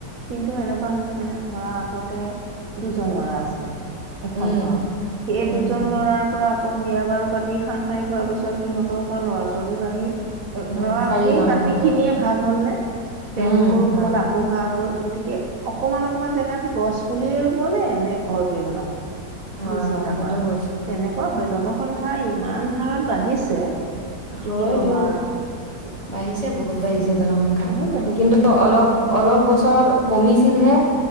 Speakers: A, on the right (about 60°); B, on the left (about 30°).
A: কিন্তু এনেকুৱা হৈছে মানে ধৰা আগতে দুজন ল'ৰা আছিলে। এখন
B: উম
A: ঘৰত সেই
B: উম
A: দুজন
B: উম
A: ল'ৰাৰ পৰা আকৌ বিয়া বাৰু পাতি হাহ শাৰী খোৱাৰ পিছত সিহঁতৰ পৰা ল'ৰা ছোৱালী বাঢ়ি
B: উম
A: ধৰা
B: চাৰিজন
A: সেই মাটি
B: হ'বগৈ
A: খিনিয়ে ভাগ হ'ল নে,
B: উম
A: তেওঁলোকৰো
B: হয়
A: হ'ল আকৌ ভাগ। হ'ল গতিকে অকমান অকমান জেগাত গছ পুলিয়ে ৰুব নে নে ঘৰটোৱে বনাব। তুমি
B: হয়
A: চিন্তা
B: হয় সেইটো
A: কৰা,
B: হৈছে।
A: তেনেকুৱা হয় জনসংখ্যা ইমান হাৰত বাঢ়িছে। এইটো
B: হয়
A: কি কবা
B: দিয়ক,
A: আৰু সেইটো
B: বাঢ়িছে বহুত বাঢ়িছে জনসংখ্যা।
A: বহুত বাঢ়িছে,
B: কিন্তু অলপ অলপ বস্তু <unintelligible> কমিছিলহে